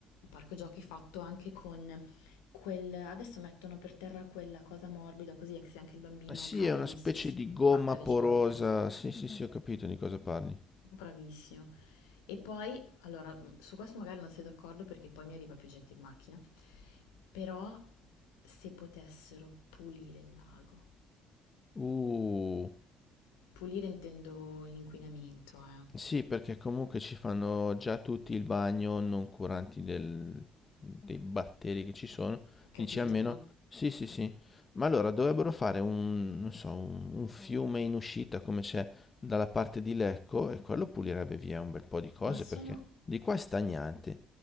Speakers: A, on the left; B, on the left.
A: parco giochi fatto anche con quel, adesso mettono per terra quella cosa morbida così anche se anche il bambino
B: Ah, Sì,
A: cade
B: è una
A: non
B: specie
A: si spacca
B: di gomma
A: le
B: porosa.
A: ginocchia.
B: Sì, sì, sì, ho capito di cosa parli.
A: Bravissimo. E poi, allora, mh, su questo magari non sei d'accordo perché poi mi arriva più gente in macchina, però se potessero pulire il lago,
B: Uh,
A: pulire intendo l'inquinamento, eh,
B: sì, perché comunque ci fanno già tutti il bagno, non curanti del- dei batteri che ci sono.
A: capito?
B: Dici almeno, sì, sì, sì. Ma allora dovrebbero fare un, non so, un, un fiume in uscita come c'è dalla parte di Lecco e quello pulirebbe via un bel po' di cose
A: Ma sono
B: perché di qua è stagnante.